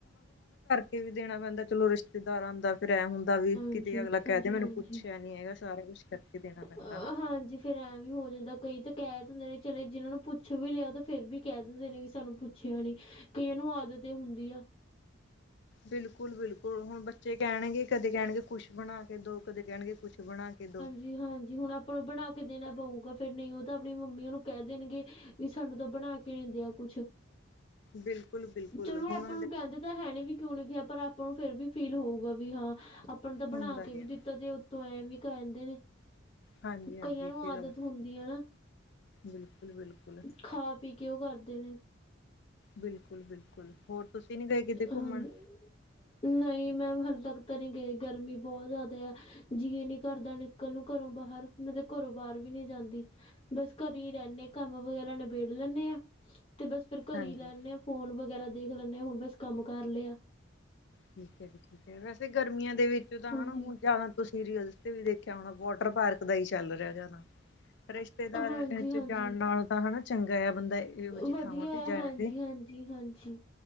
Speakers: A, on the left (about 55°); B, on the left (about 30°).
A: ਇਹ ਵੀ ਦੇਣਾ ਪੈਂਦਾ ਚਲੋ ਰਿਸ਼ਤੇਦਾਰ ਆਂਦਾ ਫੇਰ ਐਂ ਹੁੰਦਾ। ਦਾ ਵੀ
B: ਹਾਂਜੀ-ਹਾਂਜੀ-ਹਾਂਜੀ
A: ਕਿਤੇ ਅਗਲਾ ਕਹਿ ਦੇ ਮੈਨੂੰ ਪੁੱਛਿਆ ਨੀ ਹੈਗਾ ਸਾਰਾ ਕੁਛ ਕਰਕੇ ਦੇਣਾ ਪੈਂਦਾ।
B: ਅ ਹਾਂਜੀ ਫੇਰ ਐਂ ਵੀ ਹੋ ਜਾਂਦਾ ਕਈ ਤਾਂ ਕਹਿ ਦਿੰਦੇ ਨੇ ਚਲੇ ਜਿਹਨਾਂ ਨੂੰ ਪੁੱਛ ਵੀ ਲਿਆ ਤਾਂ ਫੇਰ ਵੀ ਕਹਿ ਦਿੰਦੇ ਨੇ ਵੀ ਸਾਨੂੰ ਪੁੱਛ। ਪੁੱਛਿਆ ਨਹੀਂ ਕਈਆਂ ਨੂੰ ਆਦਤ ਈ ਹੁੰਦੀ ਆ।
A: ਬਿਲਕੁਲ -ਬਿਲਕੁਲ ਹੁਣ ਬੱਚੇ ਕਹਿਣਗੇ ਕਦੇ ਕਹਿਣਗੇ। ਕੁਛ ਬਣਾ ਕੇ ਦੋ ਕਦੇ ਕਹਿਣਗੇ ਕੁਛ ਬਣਾ ਕੇ ਦੋ।
B: ਜੀ ਹਾਂਜੀ ਹੁਣ ਆਪਾਂ ਨੂੰ ਬਣਾ ਕੇ ਦੇਣਾ ਪਊਗਾ ਫਿਰ ਨਹੀਂ ਉਹ ਤਾਂ ਆਪਣੀ ਮੰਮੀ ਉਹਨੂੰ ਕਹਿ ਦੇਣਗੇ। ਵੀ ਸਾਨੂੰ ਤਾਂ ਬਣਾ ਕੇ ਨਹੀਂ ਦਿਆ ਕੁਛ।
A: ਬਿਲਕੁਲ, ਬਿਲਕੁਲ
B: ਚਲੋ
A: ਹੁਣ।
B: ਆਪਾਂ ਨੂੰ ਕਹਿੰਦੇ ਤਾਂ ਹੈ ਨਹੀਂ ਵੀ ਕਿਉਂ ਨੀ ਕਿਹਾ ਪਰ ਆਪਾਂ ਨੂੰ ਫਿਰ ਵੀ ਫੀਲ ਹੋਊਗਾ ਵੀ ਹਾਂ ਆਪਾਂ ਤਾਂ ਬਣਾ
A: ਹੁੰਦਾ
B: ਕੇ
A: ਹੀ
B: ਵੀ
A: ਆ
B: ਦਿਤ। ਦੇ ਉੱਤੋਂ ਐ ਵੀ ਕਹਿੰਦੇ ਨੇ
A: ਹਾਂਜੀ ਹਾਂਜੀ
B: ਕਈਆਂ ਨੂੰ
A: ਇਹ ਤੇ
B: ਆਦਤ
A: ਗੱਲ
B: ਹੁੰਦੀ ਆ ਨਾ।
A: ਬਿਲਕੁਲ ਬਿਲਕੁਲ।
B: ਖਾ ਪੀ ਕੇ ਉਹ ਕਰਦੇ ਨੇ।
A: ਬਿਲਕੁਲ ਬਿਲਕੁਲ ਹੋਰ ਤੁਸੀਂ ਨੀ ਗਏ ਕਿਤੇ
B: ਹਾਂਜੀ
A: ਘੁੰਮਣ।
B: ਨਹੀਂ ਮੈ ਹਾਲੇ ਤੱਕ ਤਾਂ ਨਹੀਂ ਗਈ ਗਰਮੀ ਬਹੁਤ ਜ਼ਿਆਦਾ ਹੈ। ਜੀ ਨਹੀਂ ਕਰਦਾ ਨਿਕਲ ਨੂੰ ਘਰੋਂ ਬਾਹਰ ਮੈਂ ਤੇ ਘਰੋਂ ਬਾਹਰ ਵੀ ਨਹੀਂ ਜਾਂਦੀ। ਬਸ ਘਰੇ ਹੀ ਰਹਦੇ ਆਂ ਕੰਮ ਵਗੈਰਾ ਨਿਬੇੜ ਲੈਂਦੇ ਆਂ ਤੇ ਬਸ ਫਿਰ ਘਰੇ
A: ਹਾਂਜੀ
B: ਹੀ ਰਹਿੰਦੇ ਆਂ। ਫੋਨ ਵਗੈਰਾ ਦੇਖ ਲੈਂਦੇ ਆ ਹੁਣ ਬਸ ਕੰਮ ਕਰ ਲਿਆ।
A: ਠੀਕ ਹੈ ਜੀ ਠੀਕ ਹੈ ਵੈਸੇ ਗਰਮੀਆਂ ਦੇ ਵਿੱਚ ਤਾਂ
B: ਹਾਂਜੀ
A: ਹਨਾ ਹੁਣ ਜਿਆਦਾ ਤੁਸੀਂ। ਸੀਰੀਅਲ ਤੇ ਵੀ ਦੇਖਿਆ ਹੋਣਾ ਵਾਟਰ ਪਾਰਕ ਦਾ ਹੀ ਚੱਲ ਰਿਹਾ ਜਾਂਦਾ। ਰਿਸ਼ਤੇਦਾਰਾਂ
B: ਹਾਂਜੀ
A: ਵਿੱਚ
B: ਹਾਂਜੀ
A: ਜਾਣ ਨਾਲੋਂ ਤਾਂ ਹਨਾ ਚੰਗਾ ਆ ਬੰਦਾ। ਇਹੋ ਜਿਹੀ
B: ਵਧੀਆ
A: ਥਾਵਾਂ ਤੇ ਜਾਇਆ
B: ਆ ਹਾਂਜੀ
A: ਤੇ
B: -ਹਾਂਜੀ -ਹਾਂਜੀ